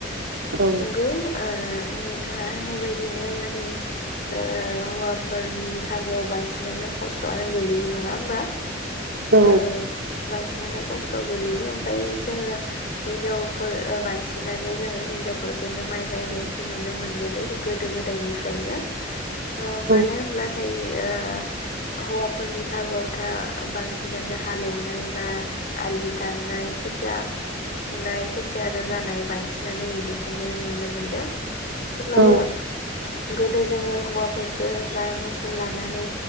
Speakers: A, on the right; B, on the left.
A: औ
B: नोंगौ। ओ नोंथाङा होननाय बायदिनो माने ओ हौवाफोरनि फागोआव बांसिनानो खस्थआनो गोलैयो नङा होमबा।
A: औ
B: <unintelligible> बांसिनानो खस्थ गोलैयो ओमफाय जोङो हिनजावफोर। ओ बांसिनानो जोङो हिनजावफोरखौनो माइ गायनायखौ नुनो मोनबोदों गोदो गोदायनिफ्रायनो। ओ
A: औ
B: मानो होनब्लाथाय। ओ हौवाफोरनि फागुआवथा बांसिनानो हालेवनाय बा आलि दाननाय खोथिया फुनाय। थिया रोगानाय बांसिनानो इदिखौनो नुनो मोनदों। थेवब्लाबो।
A: औ
B: गोदो जोङो हौवाफोरफोरखो होमबा मोसौ लानानै